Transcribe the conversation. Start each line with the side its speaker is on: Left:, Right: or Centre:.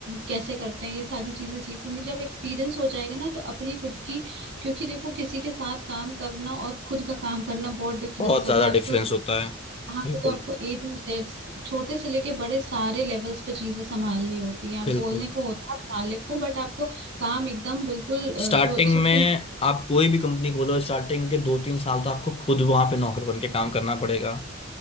Right: कैसे करते हैं ये सारी चीजें सीख लूंगी जब एक्सपीरियंस हो जाएगा ना तो अपनी खुद की क्योंकि देखो किसी के साथ काम करना और खुद का काम करना बहुत डिफरेंस
Left: बहुत ज़्यादा
Right: होता है
Left: डिफरेंस
Right: आपको
Left: होता है
Right: यहाँ
Left: बिल्कुल
Right: पे तो आपको ए टू जेड छोटे से लेके बड़े सारे लेवल्स पे चीजें संभालनी होती हैं आप
Left: बिल्कुल
Right: बोलने को होता है आप मालिक हो बट आपको काम एकदम बिल्कुल अ,
Left: स्टार्टिंग
Right: जो सबसे
Left: में आप कोई भी कंपनी खोलो स्टार्टिंग के दो तीन साल तो आपको खुद वहां पे नौकर बन के काम करना पड़ेगा